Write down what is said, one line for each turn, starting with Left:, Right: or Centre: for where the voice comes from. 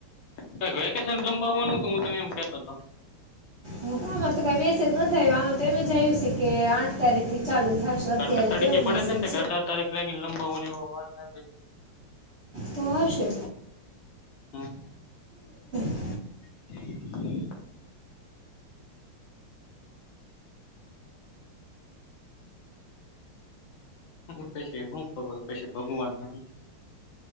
Left: છે વેકેશન લંબાવવાનું હતું હું તને એમ કેતો હતો.
Right: ગ્રુપમાં તો કઈ મેસેજ નથી આવ્યા આમાં તો એમ જ આવ્યું છે કે આઠ તારીખ થી ચાલુ થશે છે. અત્યારે
Left: કારણ કે તડીકે
Right: તો એવો
Left: પડે
Right: મેસેજ
Left: છે ને અઢાર તારીખ લાગીને લંબાવવાની એ વાત હતી.
Right: તો હશે
Left: હમ
Right: <unintelligible>
Left: <inaudible> હ પછી હું ખબર પછી <unintelligible>